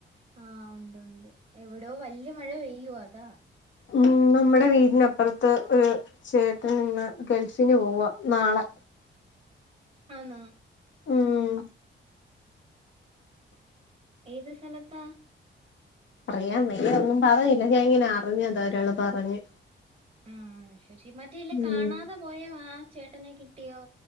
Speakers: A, on the right; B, on the left.
A: ആഹ് ഉണ്ട് ഉണ്ട് എവിടോ വല്ല്യ മഴ പെയ്യുവാ അതാ
B: ഉം നമ്മടെ വീടിനപ്പറത്ത് ഒരു ചേട്ടനിന്ന് ഗൾഫിന് പോവാ നാളെ
A: ആന്നോ
B: ഉം
A: ഏത് സ‌ലത്താ
B: പറയാ വെയ്യ ഒന്നും പറഞ്ഞില്ല ഞാൻ ഇങ്ങനെ അറിഞ്ഞതാ ഒരാള് പറഞ്ഞു
A: ആഹ് ശരി മറ്റേ ഇല്ലേ
B: ഉം
A: കാണാതെ പോയോ ആ ചേട്ടനെ കിട്ടിയോ?